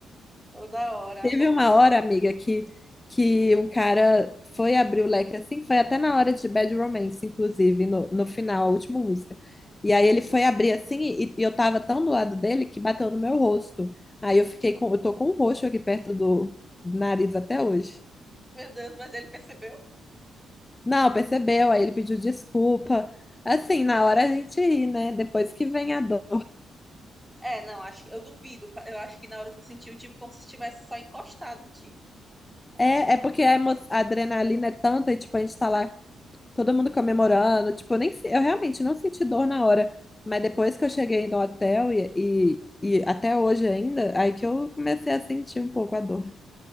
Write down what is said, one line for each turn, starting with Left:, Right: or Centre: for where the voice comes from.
Centre: toda hora
Left: Teve
Centre: abrindo.
Left: uma hora, amiga, que, que um cara foi abrir o leque assim, foi até na hora de Bad Romance, inclusive, no, no final, a última música. E aí ele foi abrir assim, e, e eu tava tão do lado dele que bateu no meu rosto. Aí eu fiquei com, eu tô com um roxo aqui perto do nariz até hoje.
Centre: Meu Deus, mas ele percebeu?
Left: Não, percebeu, aí ele pediu desculpa. Assim, na hora a gente ri, né? Depois que vem a dor.
Centre: É, não, acho que eu duvido, eu acho que na hora tu sentiu tipo como se estivesse só encostado em ti.
Left: É, é porque a, emo- a adrenalina é tanta e, tipo, a gente tá lá todo mundo comemorando. Tipo, eu nem, se- eu realmente não senti dor na hora. Mas depois que eu cheguei no hotel e, e, e até hoje ainda, aí que eu comecei a sentir um pouco a dor.